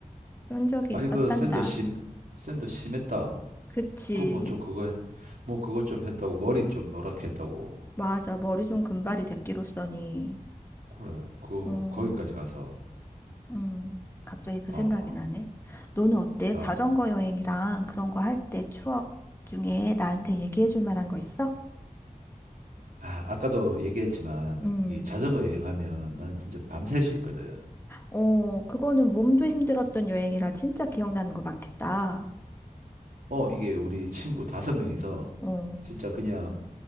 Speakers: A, on the left; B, on the right.
A: 그런 적이
B: 아니,
A: 있었단다.
B: 그 쌤도 심, 쌤도 심했다.
A: 그치.
B: 그 뭐 좀 그거, 했, 뭐 그거 좀 했다고 머리 좀 노랗게 했다고.
A: 맞아. 머리 좀 금발이 됐기로써니.
B: 그래, 그
A: 음,
B: 거기까지 가서.
A: 음. 갑자기 그
B: 아,
A: 생각이 나네. 너는 어때?
B: 야.
A: 자전거 여행이랑 그런 거 할 때 추억 중에 나한테 얘기해 줄 만한 거 있어?
B: 아, 아까도 얘기했지만
A: 음.
B: 이 자전거 여행하면 난 진짜 밤샐 수 있거든.
A: 어, 그거는 몸도 힘들었던 여행이라 진짜 기억나는 거 많겠다.
B: 어, 이게 우리 친구 다섯 명이서
A: 어.
B: 진짜 그냥